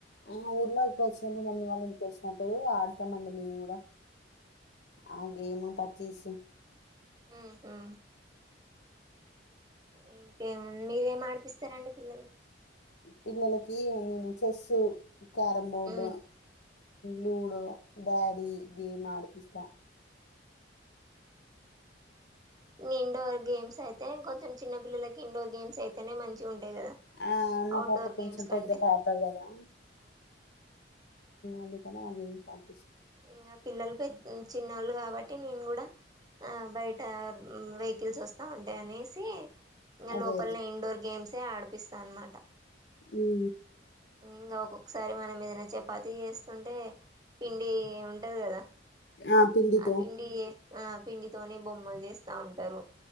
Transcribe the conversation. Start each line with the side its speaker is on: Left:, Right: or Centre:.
Left: ఆ ఊర్లో ఇప్పుడు వచ్చింది మమ్మీ వాళ్ళ ఇంటికి వచ్చినప్పుడు ఆడతానండి మేము కూడా ఆ గేమ్ పచ్చిస్
Right: ఉ ఇంకేము మీరేం ఆడిపిస్తారంండి పిల్లలు
Left: పిల్లలకి నేను చెస్సు క్యారంబోర్డు
Right: ఉమ్
Left: లూడో డాడీ గేమ్ ఆడు పిస్తా
Right: ఇ ఇండోర్ గేమ్స్ అయి తే అ కొంచెం చిన్న పల్లల కి ఇండోర్ గేమ్స్ అయితేనే మంచిగ ఉం కదా
Left: ఆ మా
Right: అఔట్డోర్
Left: పాప కొంచెం
Right: గేమ్స్ కంటే
Left: పెద్ద పాప కదా అందుకనే ఆహ్ గేమ్స్ అడ్
Right: ఇంకా పిల్లలు పె చిన్నోళ్ళు కాబ టి నేను కూడా ఆ బయట వెహికల్స్ వస్తా ఉంటాయి అనేసి ఇంగ
Left: అదే
Right: లోపల్నే ఇన్ండోర్ గేమ్స్ తే ఆడిపిస్తా అన్నమాట
Left: ఉం
Right: ఇంకా ఒక్కొక్కసారి మనం ఏదైనా చపాతి చేస్తుంటే పిండి ఉంటది కదా
Left: ఆ పిండితో
Right: ఆ పిండి ఆ పిండితోనే బొమ్మలు చేస్తా ఉంటారు